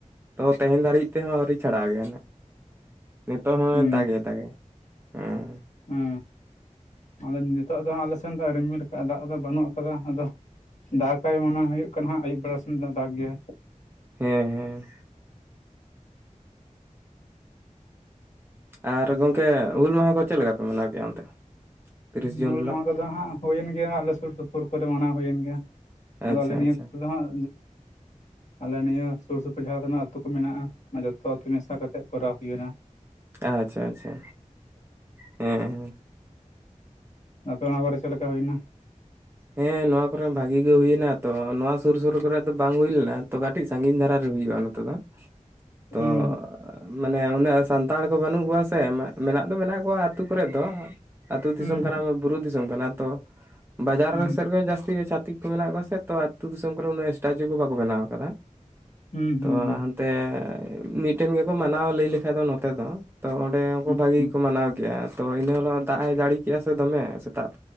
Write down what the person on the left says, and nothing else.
ᱦᱩᱸ
ᱦᱩᱸ ᱟᱫᱚ ᱱᱤᱛᱚᱜ ᱫᱚ ᱟᱞᱮ ᱥᱮᱱ ᱫᱚ ᱨᱤᱢᱤᱞ ᱠᱟᱜᱼᱟ ᱫᱟᱜ ᱫᱚ ᱵᱟᱹᱱᱩᱜ ᱟᱠᱟᱫᱟ ᱟᱫᱚ ᱫᱟᱜᱟᱭ ᱢᱚᱱᱮ ᱦᱩᱭᱩᱜ ᱠᱟᱱᱟ ᱦᱟᱸᱜ ᱟᱭᱩᱵ ᱵᱮᱲᱟ ᱥᱮᱱ ᱫᱚ ᱫᱟᱜ ᱜᱮᱭᱟ
ᱦᱩᱞ
ᱢᱟᱦᱟ ᱠᱚᱫᱚ ᱦᱟᱜ ᱦᱩᱭᱮᱱ ᱜᱮᱭᱟ ᱟᱞᱮ ᱥᱩᱨ ᱥᱩᱯᱩᱨ ᱠᱚᱨᱮ ᱢᱟᱱᱟᱣ ᱦᱩᱭᱮᱱ ᱜᱮᱭᱟ ᱟᱫᱚ
ᱟᱞᱮ ᱱᱤᱭᱟᱹ
ᱠᱚᱫᱚ ᱦᱟᱸᱜ ᱟᱞᱮ ᱱᱤᱭᱟᱹ ᱥᱩᱨ ᱥᱩᱯᱩᱨ ᱡᱟᱦᱟᱸ ᱛᱤᱱᱟᱹᱜ ᱟᱹᱛᱩ ᱠᱚ ᱢᱮᱱᱟᱜᱼᱟ ᱚᱱᱟ ᱡᱚᱛᱚ ᱟᱹᱛᱩ ᱢᱮᱥᱟ ᱠᱟᱛᱮ ᱠᱚᱨᱟᱣ ᱦᱩᱭᱮᱱᱟ
ᱟᱯᱮ ᱚᱱᱟ ᱵᱟᱨᱮ ᱪᱮᱫ ᱞᱮᱠᱟ ᱦᱩᱭᱱᱟ
ᱦᱩᱸ
ᱦᱩᱸ
ᱦᱩᱸ
ᱦᱩᱸ ᱦᱩᱸ
ᱦᱩᱸ
ᱦᱩᱸ